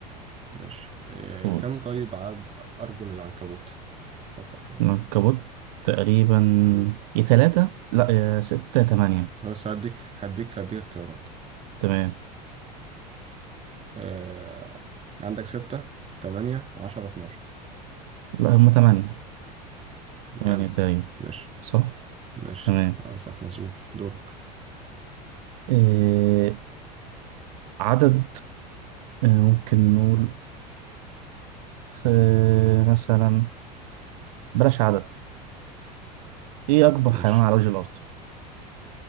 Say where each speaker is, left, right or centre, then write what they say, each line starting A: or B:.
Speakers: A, on the right; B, on the right.
A: ماشي إيه...
B: قول
A: كم طيب عدد ارجل العنكبوت فكر كده
B: العنكبوت تقريبا
A: مم.
B: يا ثلاثة لا يا ستة يا تمانية
A: أنا بس هديك هديك هديك اختيارات
B: تمام
A: آه... عندك ستة تمانية عشرة اتناشر
B: لا هم تمانية
A: جامد
B: تمانية تقريبا
A: ماشي
B: صح
A: ماشي
B: تمام
A: آه صح مظبوط دورك
B: إيه عدد اه، ممكن نقول س- مثلا بلاش عدد ايه اكبر
A: ماشي
B: حيوان على وجه الارض